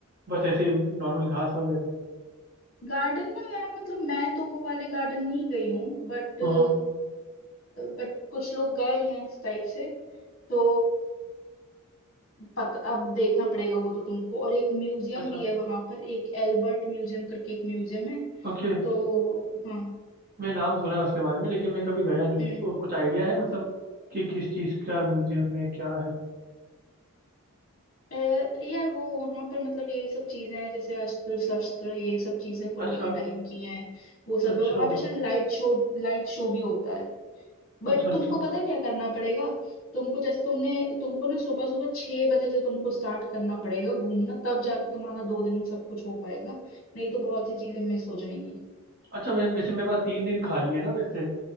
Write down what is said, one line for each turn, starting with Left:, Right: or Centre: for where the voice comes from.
Right: बस ऐसे नॉर्मल घास वगैरह
Left: गार्डन ना यार मतलब मैं तो वो वाले गार्डन नहीं गई हूँ बट
Right: हाँ
Left: बट कुछ लोग गए हैं इस टाइप से तो पता अब देखना पड़ेगा वो तो तुमको और एक म्यूजियम
Right: अच्छा
Left: भी है वहां पर एक एल्बर्ट म्यूजियम करके एक म्यूजियम है
Right: ओके
Left: तो हाँ
Right: मैं नाम सुना है उसके बारे में लेकिन मैं कभी गया नहीं हूँ
Left: हम्म
Right: को- कुछ आइडिया है मतलब कि किस चीज़ का म्यूजियम में क्या है
Left: अ, यार वो वहां पर मतलब यही सब चीजें हैं जैसे अस्त्र शस्त्र ये सब चीजें पुराने
Right: अच्छा
Left: टाइम की हैं वो सब
Right: अच्छा
Left: है वहां पे शायद लाइट शो लाइट शो भी होता है बट
Right: अच्छा
Left: तुमको
Right: अच्छा
Left: पता है क्या करना पड़ेगा तुमको जैसे तुमने तुमको ना सुबह सुबह छह बजे से तुमको स्टार्ट करना पड़ेगा घूमना तब जाके तुम्हारा दो दिन में सब कुछ हो पाएगा नहीं तो बहुत सी चीजें मिस हो जाएंगी
Right: अच्छा मैं वैसे मेरे पास तीन दिन खाली है ना वैसे